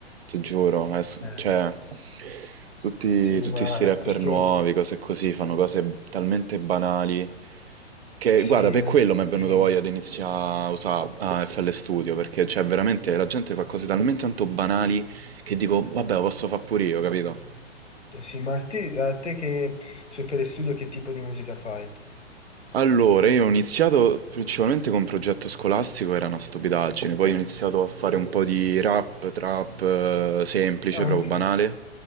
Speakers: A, on the right; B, on the left.
A: ti giuro, è s-
B: Eh.
A: cioè... Tutti,
B: Sì,
A: tutti
B: ma
A: sti rapper
B: perché
A: nuovi, cose così, fanno cose
B: eh,
A: talmente banali che,
B: sì,
A: guarda, per
B: eh,
A: quello mi è venuto
B: sì,
A: voglia di iniziare a usare FL Studio, perché, cioè, veramente la gente fa cose talmente tanto banali che dico, vabbè, lo posso fare pure io, capito?
B: eh, sì, ma te- a te che sui Fere Studio che tipo di musica fai?
A: Allora, io ho iniziato principalmente con un progetto scolastico, era una stupidaggine, poi ho iniziato a fare un po' di rap, trap, eh, semplice,
B: Ah,
A: proprio
B: ok.
A: banale,